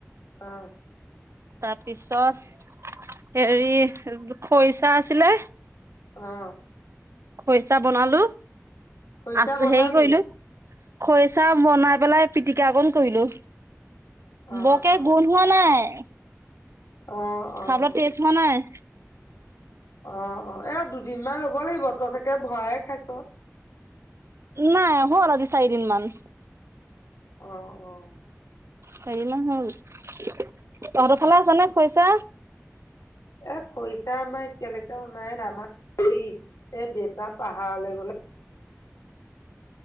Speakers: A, on the left; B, on the right.
A: অ
B: তাৰপিছত হেৰি খৰিচা আছিলে।
A: অঁ।
B: খৰিচা বনালো
A: খৰিচা
B: আছে
A: বনালি
B: হেৰি কৰিলো। খৰিচা বনাই পেলাই পিটিকা অকন কৰিলো।
A: অ
B: বৰকে
A: অ
B: গোন্ধোৱা নাই
A: অ অ
B: খাব তেচ হোৱা নাই।
A: অ' অ' এ দুদিনমান ৰ'ব লাগিব তই চাগে ভৰায়ে খাইছ।
B: নাই হ'ল আজি চাৰিদিন মান।
A: অঁ অঁ।
B: হেৰি নহয় তহঁতৰ ফালে আছ নে খৰিছা?
A: এ' খৰিচা আমাৰ এতিয়ালৈকে অনাই নাই, আমাৰ হেৰি এ দেউতা পাহাৰলৈ গ'লে